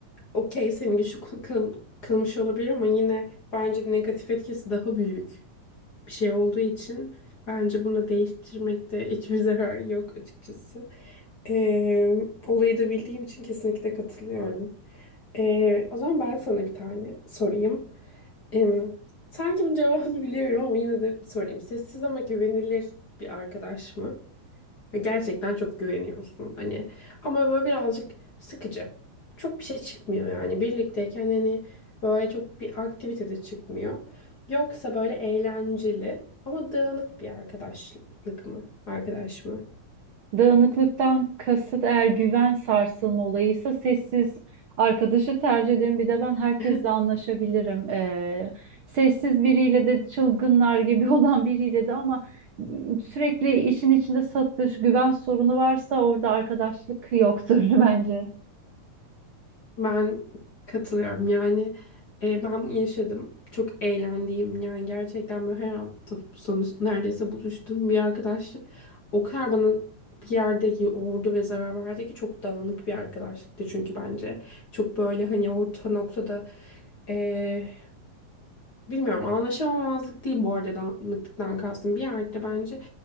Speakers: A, on the left; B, on the right.
A: okey senin güçlü kıl- kıl- kılmış olabilir ama yine bence negatif etkisi daha büyük bir şey olduğu için bence bunu da değiştirmekte hiçbir zarar yok açıkçası. Ee, olayı da bildiğim için kesinlikle katılıyorum. Ee, o zaman ben sana bir tane sorayım. Ee, sanki bunun cevabını <laughs> biliyorum ama yine de sorayım. Sessiz ama güvenilir bir arkadaş mı? Ve gerçekten çok güveniyorsun hani. Ama böyle birazcık sıkıcı. Çok bir şey çıkmıyor yani. Birlikteyken hani böyle çok bir aktivite de çıkmıyor. Yoksa böyle eğlenceli ama dağınık bir arkadaşlık mı? Arkadaş mı?
B: Dağınıklıktan kasıt eğer güven sarsılma olayıysa sessiz arkadaşı tercih ederim. Bir de ben herkesle
A: <laughs>
B: anlaşabilirim. Ee, sessiz biriyle de çılgınlar gibi <laughs> olan biriyle de ama m, sürekli işin içinde satış, güven sorunu varsa orada arkadaşlık yoktur <laughs> bence.
A: Ben katılıyorum yani e, ben yaşadım çok eğlendiğim yani gerçekten böyle her hafta sonu neredeyse buluştuğum bir arkadaşlık o kadar bana bir yerde yordu ve zarar verdi ki çok dağınık bir arkadaşlıktı çünkü bence çok böyle hani orta noktada e, Bilmiyorum anlaşamamazlık değil bu arada danışıklıktan kastım. Bir yerde bence